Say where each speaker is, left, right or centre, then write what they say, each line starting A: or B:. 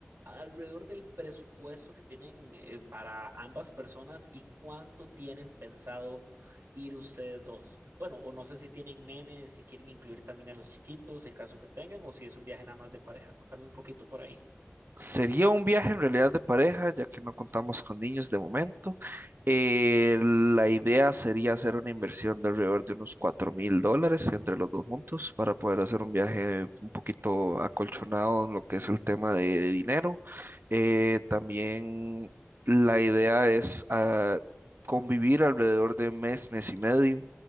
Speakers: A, on the right; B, on the right.
A: Alrededor del presupuesto que tienen eh, para ambas personas y cuánto tienen pensado ir ustedes dos. Bueno, o no sé si tienen nenes, si quieren incluir también a los chiquitos en caso que tengan, o si es un viaje nada más de pareja. Contame un poquito por ahí.
B: Sería un viaje en realidad de pareja, ya que no contamos con niños de momento. Eh, la idea sería hacer una inversión de alrededor de unos cuatro mil dólares entre los dos juntos para poder hacer un viaje un poquito acolchonado en lo que es el tema de dinero. Eh, también la idea es ah, convivir alrededor de mes, mes y medio.